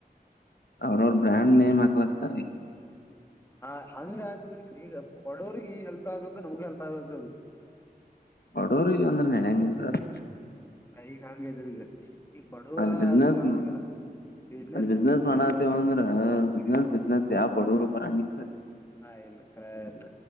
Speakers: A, on the left (about 80°); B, on the left (about 15°).
A: ಅವ್ರವ್ರ ಬ್ರ್ಯಾಂಡ್ ನೇಮ್ ಹಕಲತ ರ
B: ಹ ಹಂಗ ಹಾಕುದ ಈಗ ಬಡೋ್ರಿಗೆ ಹೆಲ್ಪ್ ಆಗ್ಬೇಕು ನವಗ್ ಹೆಲ್ಪ್ ಆಗ್ಬೇಕ್ರರು ಅದು
A: ಮಾಡೋರಿಲ್ಲ ಅಂದ್ರೆನೆನಂಗಿಲ್ಲ ಅವರು
B: <unintelligible>
A: ಅಲ್ ಬ್ಯುಸಿನೆಸ್
B: ಅದ್ರ
A: ಒಂದ್
B: ಅನ್ನಂಗಿಲ್ಲ ಬಿಸ್ನೆಸ್
A: ಬಬ್ಯುಸಿನೆಸ್
B: ಬಿಸ್ನೆಸ್ ಅಂತಾರ
A: ಮಾಡತ್ತೇವ
B: ಈಗ
A: ಅಂದ್ರ ಬ್ಯುಸಿನೆಸ್ ಬ್ಯುಸಿನೆಸ್ ಯಾವ ಬಡೂರು ಬರಂಗಿಲ್ಲ ಅಲ್ಲಿ
B: ಹಾ ಇಲ್ಲ ರಕ